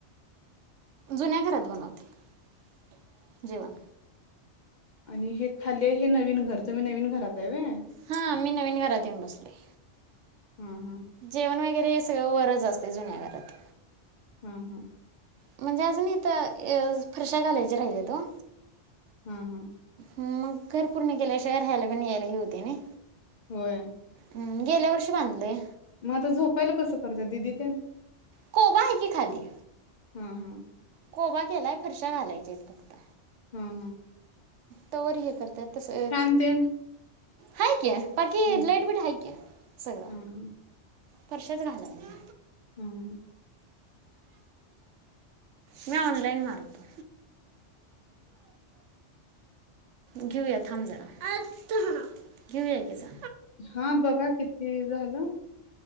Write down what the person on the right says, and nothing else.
जुन्या घरात बनवतेय. जेवण.
हां मी नवीन घरात येऊन बसलेय.
जेवण वगैरे सगळं वरच असतय जुन्या घरात.
म्हणजे अजुन इथं अ फरशा घालायच्या राहिल्यात वो.
मग घर पूर्ण केल्याशिवाय, राहायला पण यायला हे हुतय नने
हं गेल्या वर्षी बांधलय.
कोबा आहे की खाली
कोबा केलाय, फरशा घालायच्या हाइत.
तवर हे करत्यात तसं
हाय की. बाकी,
लाईट बीट हाय की सगळं.
फरशारच घालाया
मी ऑनलाईन मारतो, घेऊया थांब जरा घेऊया की जा.